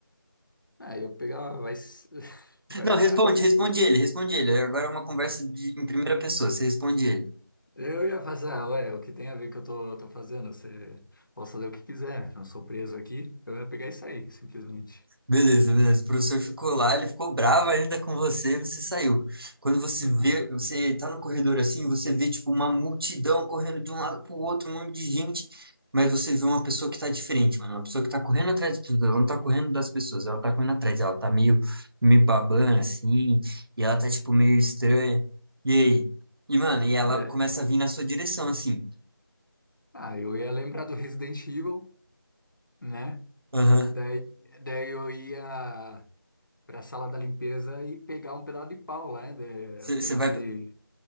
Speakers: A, on the left; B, on the right.
A: Ah, eu pegava, vai. s- <laughs> vai
B: Não, responde,
A: ah,
B: responde ele, responde ele. Agora é uma conversa de- em primeira pessoa, você responde ele.
A: eu ia passar, ué, o que tem a ver que eu tô, tô fazendo? Você pode fazer o que quiser, não sou preso aqui. Eu ia pegar e sair, simplesmente.
B: Beleza, beleza. O professor ficou lá, ele ficou bravo ainda com você, você saiu. Quando você
A: Ah,
B: vê, você tá no corredor assim, você vê tipo uma multidão correndo de um lado pro outro, um monte de gente, mas você vê uma pessoa que tá diferente, mano, uma pessoa que tá correndo atrás das pessoas, ela não tá correndo das pessoas, ela tá correndo atrás, ela tá meio meio babana assim, e ela tá tipo meio estranha. E aí? E mano, e ela
A: Da-
B: começa a vir na sua direção assim.
A: ah, eu ia lembrar do Resident Evil, né?
B: Aham.
A: Daí, daí eu ia pra sala da limpeza e pegar um pedaço de pau, né? De,
B: Você
A: pedaço
B: vai
A: de.